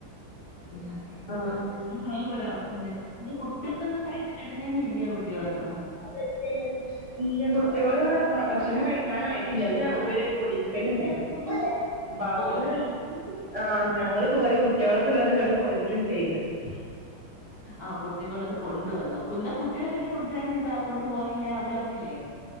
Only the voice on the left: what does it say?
ഉം
ആഹ് ഒരവസ്ഥ തന്നെ ഇത് കുട്യൾക്കൊന്നു കഴിച്ച് കെടന്നേന്നു ല്യ കുട്യോളൊന്നു
ആ പോയോ
ആ
ആഹ് കുട്ടിക്കുള്ളത് കൊണ്ട് വന്നു കുന്ത കുട്യളെ പിന്നെ കൊണ്ടരഞെന്താ കൊണ്ടു പോയില്ല അവർ വന്നില്ലേ?